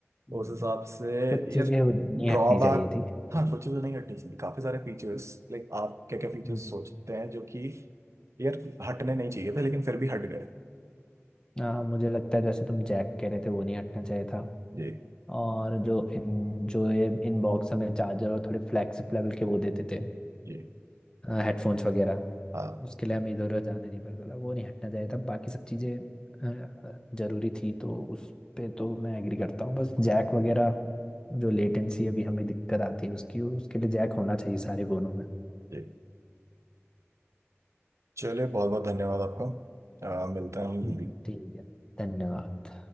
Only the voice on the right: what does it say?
उस हिसाब से
यार
ड्रॉबैक
हाँ कुछ चीज़ें नहीं हटनी चाहिए काफी सारे फीचर्स लाइक आप क्या क्या फीचर्स
सोचते हैं जो कि यार हटने नहीं चाहिए थे लेकिन फिर भी हट गए
जी
जी
हाँ
जी चलिए बहुत बहुत धन्यवाद आपको अ, मिलते हैं हम जल्दी